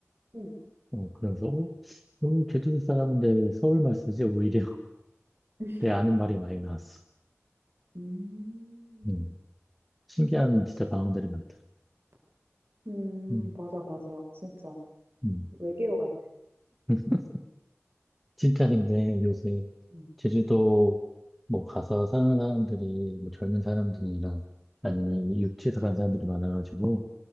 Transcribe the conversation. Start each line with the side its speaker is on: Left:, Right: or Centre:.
Right: 음. 음.
Centre: 어 그래서 어, 어, 제주도 사람인데 왜 서울말 쓰지? 오히려 <laughs>
Right: <laughs>
Centre: 내 아는 말이 많이 나왔어.
Right: 음.
Centre: 음. 신기한 진짜 방언들이 많더라.
Right: 음.
Centre: 음.
Right: 맞아, 맞아. 진짜.
Centre: 음.
Right: 외계어 같아.
Centre: <laughs> 진짜 근데 요새
Right: 음.
Centre: 제주도 뭐 가서 사는 사람들이 뭐 젊은 사람들이나
Right: 음.
Centre: 아니면 이 육지에서 간 사람들이 많아가지고